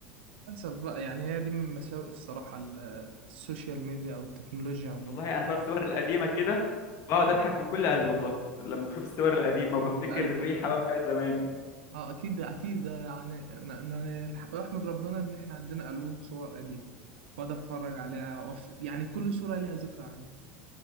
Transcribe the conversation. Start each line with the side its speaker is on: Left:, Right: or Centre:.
Right: للأسف بقى يعني هي دي من مساوئ الصراحة ال- السوشيال ميديا أو التكنولوجيا عموما
Left: والله انا في الصور القديمه كده بقعد اضحك من كل قلبي والله لما بشوف الصور القديمه وبفتكر
Right: القلب
Left: الريحه بقى بتاعت زمان
Right: اه أكيد أكيد يعني أنا أنا الحق- أحمد ربنا إن إحنا عندنا ألبوم صور قديمة وأقعد أتفرج عليها وأف... يعني كل صورة لها ذكرى عندي